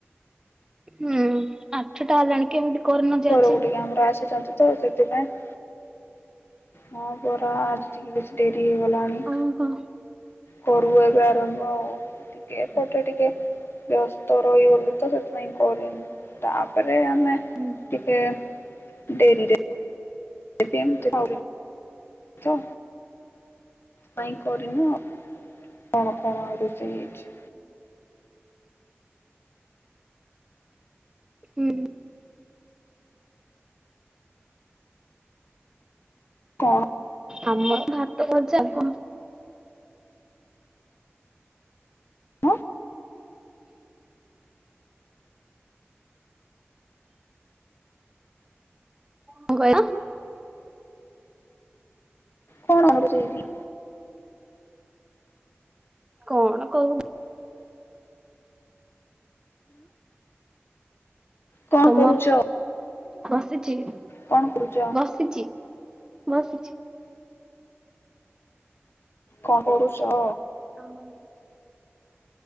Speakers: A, on the right (about 15°); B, on the left (about 55°).
A: ହୁଁ ଆଠଟା ହେଲାଣି କେମିତି କରିନ ଯେ
B: ଘରକୁ
A: ଆଜି?
B: ଟିକେ ଆମର ଆସିଛନ୍ତି ତ ସେଥିପାଇଁ ହଁ ପରା ଆଜି ଟିକେ ବେଶି ଡେରି ହେଇଗଲାଣି।
A: ଓହୋ
B: କରୁ ଏବେ ଆରମ୍ଭ ଆଉ। ଟିକେ ଏପଟେ ଟିକେ ବ୍ୟସ୍ତ ରହିଗଲୁ ତ ସେଥିପାଇଁ କରିନୁ। ତାପରେ ଆମେ
A: ହୁଁ
B: ଟିକେ ଡେରିରେ ସେ ପିମ <unintelligible> ତ ପାଇଁ କରିିନୁ କଣ କଣ ଆହୁରି <unintelligible>
A: ହୁଁ।
B: କଣ?
A: ଆମର ଭାତ ବଜା କଣ?
B: କଣ
A: କଣ କହିଲ?
B: କଣ ହେଉଛି ଏଠି?
A: କଣ କହୁ
B: କଣ
A: ତମର
B: କରୁଛ
A: ବସିଛି
B: କଣ କରୁଛ
A: ବସିଛି। ବସିଛି।
B: କଣ କରୁଚ?
A: ଆମ